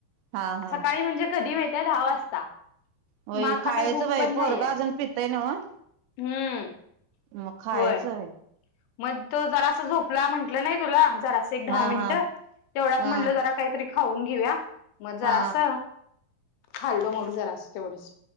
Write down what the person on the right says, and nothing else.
हा हा
होय
खायचं
बई
पोरग
अजून पितय नव्हं
मग खायचं
हा
हा
हा
हा